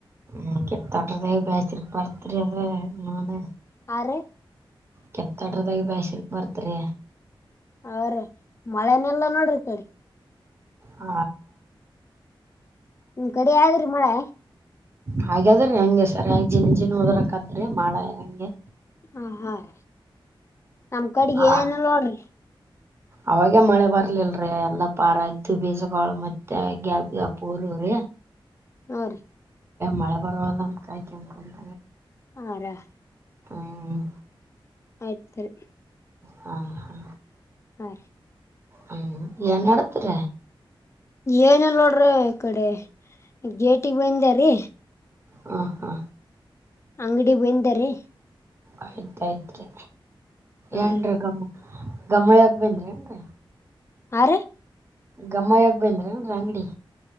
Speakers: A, on the right; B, on the left.
A: ಹ ಕೆತ್ತಟ್ರ ಬಯಚರಿ ಪರ್ತ್ರರಿ ಅದ ಮನೆ
B: ಆರ್ರೀ
A: ಕೆತ್ತ ಅಡ್ರದಾಗ ವ್ಯಾಸರಕಿ ಬರ್ತರಿ
B: ಅವ್ರೀ ಮಳೆನೆಲ್ಲಾ ನೋಡ್ರಿ ಇಕಡಿ
A: ಆ
B: ನಿಮ್ ಕಡೆ ಆದ್ರಿ ಮಳೆ
A: ಹಾಗಾದ್ರ ಹೆಂಗೆ ಸರ್ ಜೀನ ಜೀನ್ ಹೂದರಕಾದ್ರಿ ಮಾಡ ಹೆಂಗೆ
B: ಹ ಹಾ ರೀ ನಮ ಕಡೆಗೆ
A: ಹಾ
B: ಏನ ನೋಡ್ರಿ
A: ಅವಾಗೆ ಮಳೆ ಬರ್ಲಿಲ್ರರಿ ಎಲ್ಲಾ ಪಾರ ಇದ್ದು ಬೇಜಗಳುಾಗಳುು ಮತ್ತೆ ಗ್ಯಾಪ್ ಗ್ಯಾ ಪೂರವ್ರೀ
B: ನೋಡ್ರಿ
A: ಮಳೆ ಬರ್ವಲ್ಲ ಅಂತ ಕಾಯ್ ಕೆಮಕೊಂತ
B: ಹಾ ರಾ
A: ಹ್ಮ
B: ಆಯ್ತ್ರಿ
A: ಹಾ ಹಾ
B: ಹಾರಿ
A: ಹ್ಮ ನ್ ನತರ
B: ಏನಲ್ ನೋಡ್ರಿ ಈ ಕಡೆ ಗೇಟಿಗೆ ಬಂದಾರೀ
A: ಹ ಹಾ
B: ಅಂಗಡಿ ಬೆಂದರೆ
A: ಆಯ್ತಾಯ್ತ್ರಿ
B: ಹಾ
A: ಎನ್ರ
B: ರೀ
A: ಗಮ್ಮ ಗಮ್ಮಯ್ಯಕ ಬಂದ್ರಿ ಅಂತ
B: ಆ
A: ಗಮ್ಮ ಯಾಗ ಬಂದ್ರ ಅಂಗಡಿ